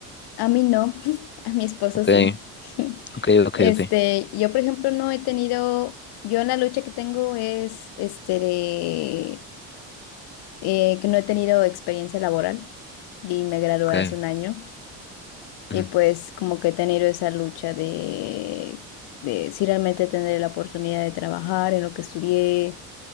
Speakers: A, on the left (about 75°); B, on the left (about 25°).
A: a mí no, <laughs> a mi esposo
B: Ok,
A: sí. <laughs>
B: ok, ok,
A: Este,
B: ok,
A: yo por ejemplo no he tenido, yo en la lucha que tengo es, este, de, eh, que no he tenido experiencia laboral y me gradué
B: ok.
A: hace un año y
B: Ujú.
A: pues como que he tenido esa lucha de, de si realmente tendré la oportunidad de trabajar en lo que estudié,